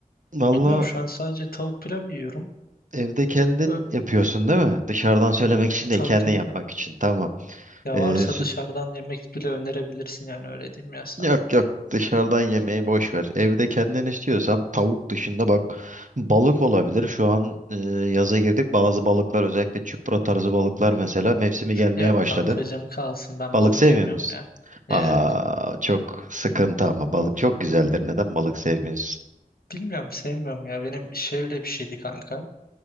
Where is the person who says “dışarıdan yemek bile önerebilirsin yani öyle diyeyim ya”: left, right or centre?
Left